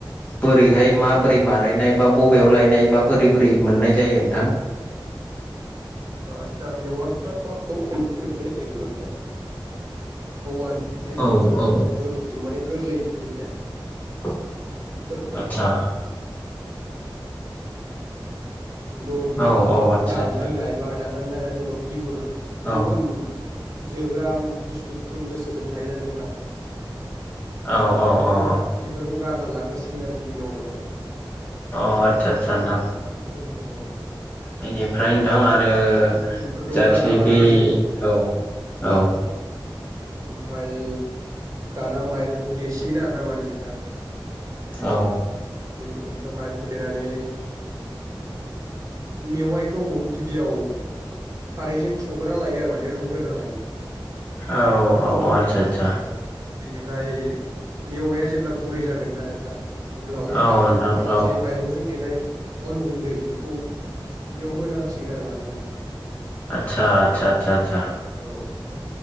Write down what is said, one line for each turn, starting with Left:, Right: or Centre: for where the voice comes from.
Left: बोरैहाय माबोरै बानायनाय बा ब बेयाव लायनाय बा बोरै बोरै मोननाय जायो नोंथां?
Right: अ आतसा मेवायखौ औवानिफ्राय मोननाय जायो माने औवानि जे
Left: औ
Right: बिजौ‌
Left: औ
Right: माने गोरलै खिलिनाय
Left: औ
Right: गोरलै
Left: आतसा
Right: बेखौ
Left: औ औ आदसा
Right: दाननानै
Left: आदसा
Right: लाइ नानै बिगुर जेखुनु
Left: औ
Right: जोग्रा बुस जे खुन गोसोम सोम थायोना नोंथां
Left: औ औ
Right: बेफोरखौ
Left: औ अ
Right: बेफोरखौ गारना लागोरसिगोन आरो गिबियाव माने
Left: अ आतसा आतसा नोंथां।
Right: औ औ
Left: बेनिफ्राय नोंथां आर ओ
Right: बेफोरखौ
Left: जाखिनि
Right: गारना लानानै
Left: बे औ औ
Right: ओमफाय दाना माइरंखौ देसिगोन आरो ना माने नोंथां।
Left: औ।
Right: इम इमफ्राय माइरंखौ देनानै मेवाइखौ गि बेयाव खारैजों संग्रोना लायो आरो माने रुग्रोना लायो।
Left: औ औ आतसा आतसा।
Right: औ बिनिफ्राय मेवाया जेब्ला गुरै जागोन ना नोंथां अब्ला अनलाखौ
Left: औ नोंथां
Right: अनला
Left: औ
Right: जे माइरंजों देनाय अन गुन्दै बेखौ बेयाव होना होसिगोन आरो माने नोंथां।
Left: आतसा आतसा आतसा आतसा।
Right: औ